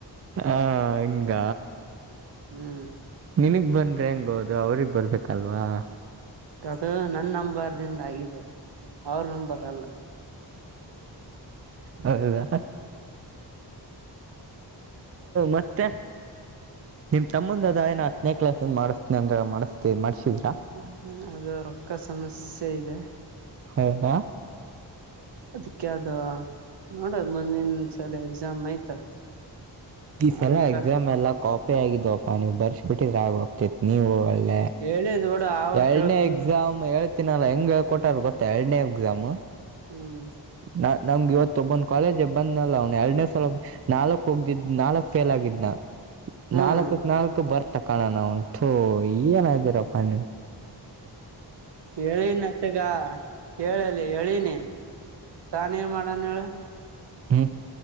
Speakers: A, on the right; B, on the right.
A: ಹಾ ಹಂಗ
B: ಹ್ಮ್
A: ನಿನಗ್ ಬಂದ್ರೆ ಹೆಂಗ ಹೋದು ಅವ್ರಗ್ ಬರ್ಬೇಕಲ್ವಾ
B: ಅದು ನನ್ ನಂಬರ್ ನಿಂದ ಆಗಿದ್ದ ಅವ್ರ ನಂಬರ್ ಅಲ್ಲ
A: ಹೌದಾ ಹ ಮತ್ತೆ ನಿಮ್ ತಮ್ಮಂದದ ಏನ ಹತ್ತನೇ ಕ್ಲಾಸ್ದ ಮಾಡಿಸಸ್ತನನೆ ಅಂದ್ರ ಮಾಡಿಸಸ್ತೇ ಮಾಡ್ಸಿದಿ
B: ಹ್ಮ ಅದು ರೊಕ್ಕ ಸಮಸ್ಯೆ ಇದೆ
A: ಹೌದಾ
B: ಅದಕ್ಕೆದ ನೋಡದ ಮುಂದಿನಸಲ ಎಕ್ಸಾಮ್ ಆಯ್ತ
A: ಈ ಸಲ
B: ಅದಕ್ಕ
A: ಎಕ್ಸಾಮ್ ಎಲ್ಲ ಕಾಪಿ ಆಗಿದವಪ್ಪಾ ನೀವ್ ಬರ್ಸಿ ಬಿಟ್ಟಿದ್ರ ಆಾಗ ಹೋಗ್ತಿತಿ ನೀವ್ ಹೋಗಲ್
B: ಹೇಳಿದ್ ಬಿಡು ಆವ
A: ಎನೇ
B: ತಿಳ್ಕೊಂಡ
A: ಎಕ್ಸಾಮ್ ಹೇಳ ಗತ್ತಿನಲ್ಲ ಹೆಂಗ್ ಹೇಳ್ಕೊಟ್ಟಾರ ಗೊತ್ತ ಎರಡನೇ ಎಕ್ಸಾಮ್
B: ಹ್ಮ್
A: ನ ನಮ್ಗೆ ಇವತ್ತು ಒಬ್ಬೊಂದ ಕಾಲೇಜ್ ಬಂದ್ಲ್ ಅವ್ನ ಎರಡ್ನೇ ಸಲ ನಾಕಕ್ ಹೋಗ್ದಿದ್ ನಾಲ್ಕಕ್ ಫೇಲ್ ಆಗಿದ್ನ
B: ಹ್ಮ್
A: ನಾಲ್ಕಕ್ ನಾಲ್ಕ ಬರ್ತ ತಕಾಣಣ ಉಂಟು ಏನ ಇದ್ದೀರಪ್ಪ ನೀವು
B: ಹೇಳನತ್ತಗ ಕೇಳಲಿ ಹೇಳನಿ ತಾನೇನ್ ಮಾಡನ್ ಹೇಳ
A: ಹ್ಮ